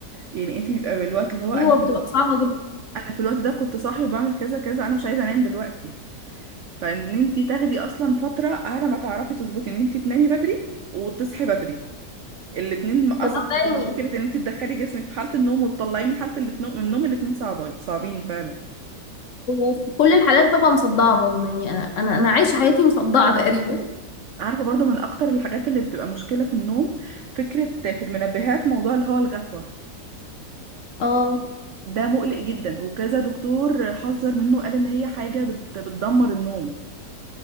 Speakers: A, on the right; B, on the left.
A: يعني انت بيبقى بالوقت اللي هو انا
B: ايوه
A: في
B: بتبقى
A: اليوم
B: صعبة جدا
A: انا في الوقت ده كنت صاحي وبعمل كذا كذا انا مش عايزه انام دلوقتي فان انتي تاخدي اصلا فتره على ما تعرفي تظبطي ان انتي تنامي بدري وتصحي بدري الاتنين اصعب
B: كمان بقى
A: من
B: يعني
A: بعض فكره ان انتي تدخلي جسمك في حاله النوم وتطلعيه من حاله الاتنو- النوم الاتنين صعبين صعبين فعلا
B: وفي كل الحالات ببقى مصدعة برضه يعني انا انا أنا عايشة حياتي مصدعة تقريبا
A: عارفه برضو من اكتر الحاجات اللي بتبقى مشكله في النوم فكره في المنبهات موضوع اللي هو الغفوه
B: اه
A: ده مقلق جدا وكذا دكتور حذر منه قال ان هي حاجه بت- بتدمر النوم